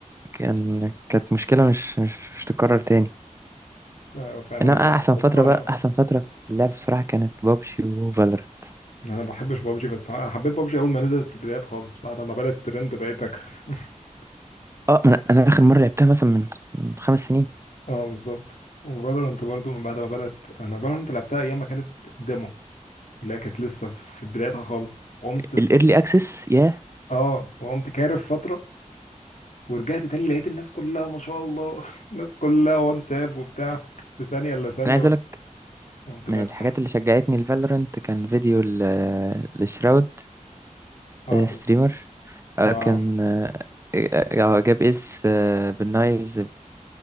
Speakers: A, on the right; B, on the left.
A: كان كانت مشكلة مش مش, مش تتكرر تاني
B: آه فعلا
A: انما احسن
B: خسرانه
A: فترة بقى احسن فترة في اللعب بصراحة كانت بابجي وفالورانت
B: انا ما بحبش بابجي بس ح- حبيت بابجي اول ما نزلت في البدايات خالص بعد ما بدات ترند بقيت اكرف <laughs>
A: اه انا أنا اخر مرة لعبتها مثلا من من خمس سنين
B: اه بالظبط وفالورانت برضو من بعد ما بدات انا فالورانت لعبتها ايام ما كانت ديمو اللي هي كانت لسه في بدايتها خالص قمت س...
A: الايرلي اكسس ياه
B: اه وقمت كارف فتره ورجعت تاني لقيت الناس كلها ما شاء الله <laughs> الناس كلها وان تاب وبتاع في ثانيه الا ثانيه
A: انا عايز
B: بقى
A: اقول لك
B: قمت ماسح
A: من الحاجات اللي شجعتني لفالورانت كان فيديو ل- لشراود
B: اه
A: آه، ستريمر آه،
B: اه
A: كان
B: عارف
A: آه، آه، آه، جاب اس بالنايفز